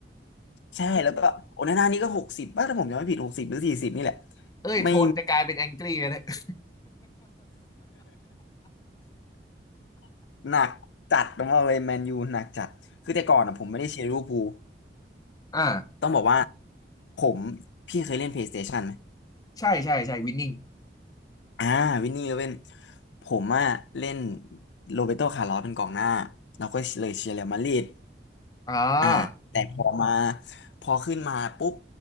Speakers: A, on the left (about 80°); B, on the left (about 20°).
A: ใช่แล้วก็โอนาน่านี่ก็หกสิบป่ะถ้าผมจำไม่ผิดหกสิบหรือสี่สิบนี่แหละ
B: เอ้ยโทนจะกลายเป็นแองกี้แล้เนี่ย
A: ไม่
B: <laughs>
A: <laughs> หนักจัดต้องบอกเลยแมนยูหนักจัดคือแต่ก่อนอ่ะผมไม่ได้เชียร์ลิเวอร์พูล
B: อ่า
A: ต้องบอกว่าผมพี่เคยเล่น PlayStation ไหม
B: ใช่ใช่ใช่วินนิ่ง
A: อ่าวินนี่โรเบนผมอ่ะเล่นโรเบโตคาร์ลอสเป็นกองหน้าเราก็เลยเชียร์เรอัลมาดริด
B: อ่า
A: อ่าแต่พอมาพอขึ้นมาปุ๊บ